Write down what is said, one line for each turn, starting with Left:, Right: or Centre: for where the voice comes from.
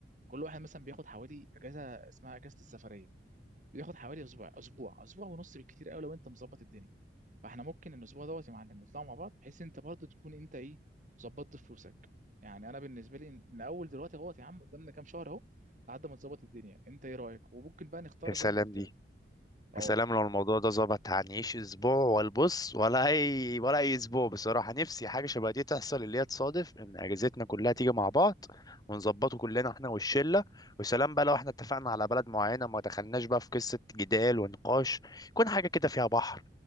Right: كل واحد مثلا بياخد حوالي اجازة اسمها اجازة السفرية بياخد حوالي اسبوع اسبوع اسبوع ونص بالكتير قوي لو انت مظبط الدنيا فاحنا ممكن الاسبوع دوت يا معلم نطلعوا مع بعض بحيث انت برضه تكون انت ايه ظبطت فلوسك يعني انا بالنسبه لي من اول دلوقتي اهوت يا عم قدامنا كام شهر اهو لحد ما تظبط الدنيا انت ايه رايك وممكن بقى نختار
Left: يا سلام
Right: زي ما قلت
Left: دي
Right: لك اه
Left: يا سلام لو الموضوع ده ظبط هنعيش اسبوع والبص ولا اي ولا اي اسبوع بصراحه نفسي حاجه شبه دي تحصل اللي هي تصادف ان اجازتنا كلها تيجي مع بعض ونظبطه كلنا احنا والشله وسلام بقى لو احنا اتفقنا على بلد معينه ما دخلناش بقى في قصه جدال ونقاش يكون حاجه كده فيها بحر